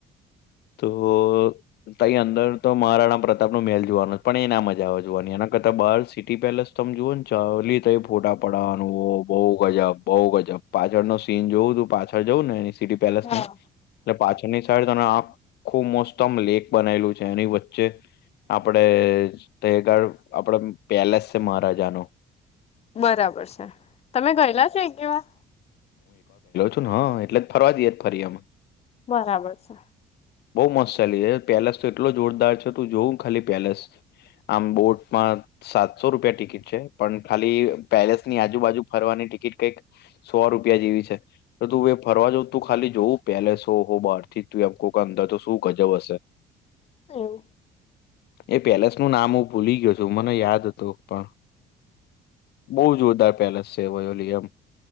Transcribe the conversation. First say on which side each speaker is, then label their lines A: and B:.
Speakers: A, on the left (about 70°); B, on the left (about 35°).
A: તો તઈ અંદર તો મારા નામનું. તેમ નુ મેલુ જોવાનું પણ, એના મજા આવે જોવાની. એના કરતાં બાર સિટી પેલેસ તમે જુઓ ને, ચાલે તો ફોટા. પડવાનું બહુ ગજબ, બહુ ગજબ પાછળ નો સીન જોવું. તું પાછળ જઉું ને એની સિટી પેલેસની
B: હા
A: એટલે પાછળની સાઈડ તને આ ખુબ મોસ્ત એમ લેક બનાવેલું છે એની વચ્ચે. આપડે તગ આપડે પેલેસ છે મહારાજા નુ.
B: બરાબર છે, તમે ગયેલા છો એક બે વાર?
A: હ, એટલે જ ફરવા જઈએે ફરી એમ.
B: બરાબર છે.
A: બહુ મસ્ત ચાલી છે પેલેસ તો. એટલો જોરદાર છે તું જોઉું ખાલી પેલેસ, આમ બોટમાં. સાતસો રૂપિયા ટિકિટ છે, પણ ખાલી પેલેસ ની આજુબાજુ ફરવાની ટિકિટ કઈક સો રૂપિયા. પહેલી જેવી છે તો તું ફરવા જવુ. તું ખાલી જોવું પેલેસો હો બહાર થી તું એમ કોક અંદર તો શું? ગજબ હશે.
B: એવું
A: એ પેલેસનું નામ હું ભૂલી ગયો છું. મને યાદ હતું, પણ બહુ જોરદાર પેલેસ છે, વયોલિયમ.